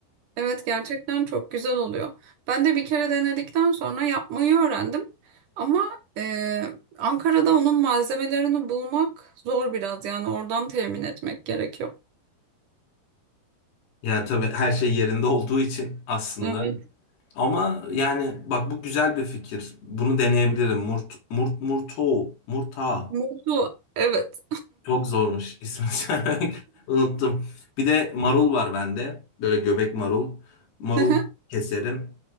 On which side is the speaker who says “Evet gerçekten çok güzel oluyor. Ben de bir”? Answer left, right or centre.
Right